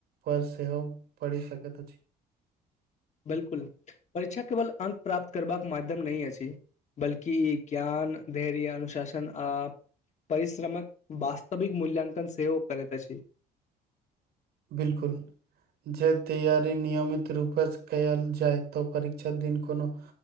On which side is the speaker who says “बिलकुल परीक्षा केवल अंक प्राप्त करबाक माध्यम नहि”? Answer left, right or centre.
Left